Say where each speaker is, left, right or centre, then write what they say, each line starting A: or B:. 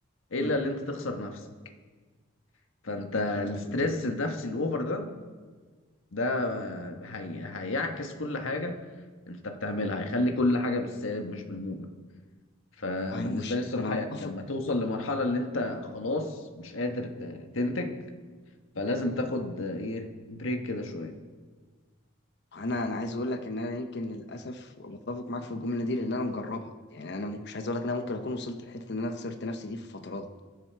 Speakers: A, on the left; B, on the left.
A: الا
B: مم.
A: اللي انت تخسر نفسك فانت
B: انا
A: الاسترس
B: اتفق جدا
A: النفسي الاوفر ده ده آه، هي... هيعكس كل حاجه انت بتعملها هيخلي كل حاجه بالسالب مش بالموجب فبالنسبه
B: انا مش
A: لي الصراحه
B: انا
A: يعني
B: اتفق
A: لما توصل لمرحله اللي انت خلاص مش قادر ت- تنتج فلازم تاخد آه، ايه بريك كده شويه
B: انا انا عايز اقول لك ان انا يمكن للاسف متفق معاك في الجمله دي لان انا مجربها يعني انا مش عايز اقول لك ان انا ممكن اكون وصلت لحته ان انا خسرت نفسي دي في فترات